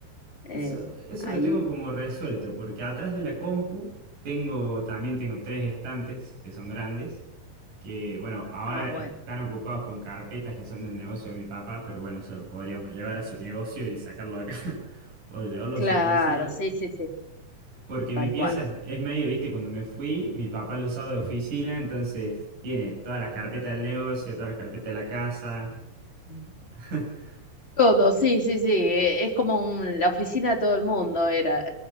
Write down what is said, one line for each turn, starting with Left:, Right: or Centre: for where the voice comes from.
Left: eh,
Right: Eso, eso
Left: ahí...
Right: lo tengo como resuelto, porque atrás de la compu tengo, también tengo tres estantes que son grandes, que bueno, ahora
Left: Ah, bueno.
Right: están ocupados con carpetas que son del negocio de mi papá, pero bueno, eso lo podríamos llevar a su negocio y sacarlo de acá, <laughs> o llevarlo
Left: Claro,
Right: a su oficina,
Left: sí, sí, sí,
Right: porque
Left: tal
Right: mi pieza
Left: cual.
Right: es, es medio, viste, cuando me fui, mi papá lo usaba de oficina, entonces tiene todas las carpetas del negocio, todas las carpetas de la casa. Mm. <laughs>
Left: Todo, sí, sí, sí. eh, Es como un- la oficina de todo el mundo era.